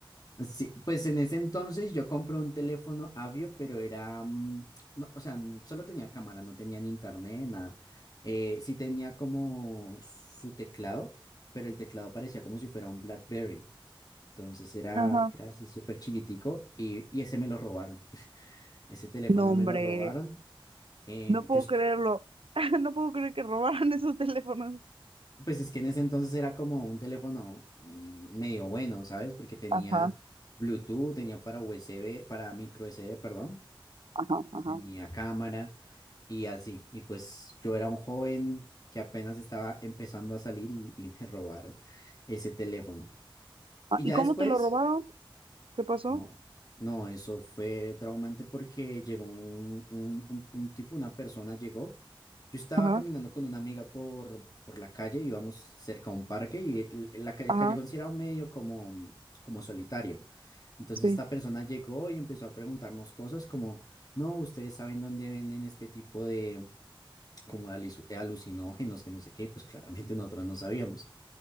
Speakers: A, on the left (about 45°); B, on the right (about 85°).
A: Sí, pues en ese entonces yo compré un teléfono Avio, pero era, mm, no, o sea, n- solo tenía cámara, no tenía ni internet, nada. Eh, sí tenía como su teclado, pero el teclado parecía como si fuera un BlackBerry. Entonces era,
B: Ajá.
A: era así súper chiquitico y, y ese me lo robaron. Ese teléfono
B: No, hombre,
A: me lo robaron. Eh,
B: no puedo
A: yo, est-
B: creerlo. <laughs> No puedo creer que robaran <laughs> esos teléfonos.
A: Pues es que en ese entonces era como un teléfono mm, medio bueno, ¿sabes? Porque tenía
B: Ajá,
A: Bluetooth, tenía para USB, para micro SD, perdón,
B: ajá, ajá.
A: tenía cámara y así. Y pues yo era un joven que apenas estaba empezando a salir y, y me <laughs> robaron ese teléfono.
B: Ah,
A: Y
B: ¿y
A: ya
B: cómo
A: después
B: te lo robaron? ¿Qué pasó?
A: no, no, eso fue traumante porque llegó un, un, un- un tipo, una persona llegó. Yo estaba
B: Ajá,
A: caminando con una amiga por, por la calle, íbamos cerca a un parque y el, el- la ca- el
B: ajá,
A: callejón sí era medio como, como solitario. Entonces
B: sí,
A: esta persona llegó y empezó a preguntarnos cosas como, no, ustedes saben dónde venden este tipo de como de alis- de alucinógenos, que no sé qué, pues claramente nosotros no sabíamos